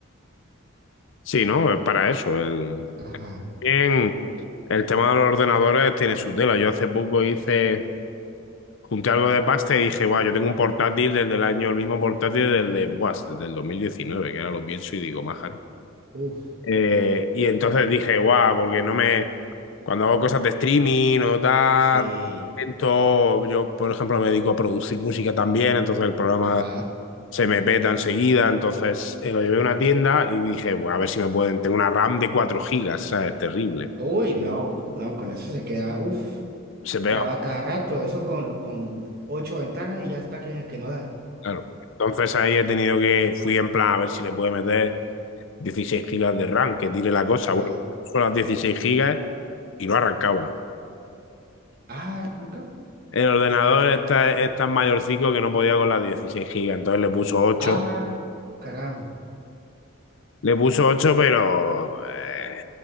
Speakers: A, on the left; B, on the right.
A: Sí, ¿no? Es para eso. El,
B: Ajá,
A: bien, el tema de los ordenadores tiene su tela. Yo hace poco hice, junté algo de pasta y dije, guau, yo tengo un portátil desde el año, el mismo portátil del de, buah, desde el 2019, que ahora lo pienso y digo, maja.
B: uff,
A: Eh, y entonces dije, guau, porque no me. Cuando hago cosas de streaming o tal,
B: sí,
A: intento- yo, por ejemplo, me dedico a producir música también, entonces el programa
B: ajá.
A: se me peta enseguida. Entonces eh, lo llevé a una tienda y dije, bueno, a ver si me pueden. Tengo una RAM de 4 gigas, ¿sabes? Terrible.
B: Uy, no, no, con eso se queda, uff,
A: Se pega,
B: traba cada rato, eso con, con ocho ventanas y ya está que, que no da.
A: claro. Entonces ahí he tenido que. Fui en plan a ver si le puedo meter 16 gigas de RAM, que tire la cosa.
B: Ajá.
A: Bueno, son las 16 gigas y no arrancaba.
B: Ah, arranca.
A: El ordenador está, es tan mayorcico que no podía con las 16 gigas, entonces le puso ocho
B: Ah, caramba.
A: Le puso 8 pero eh,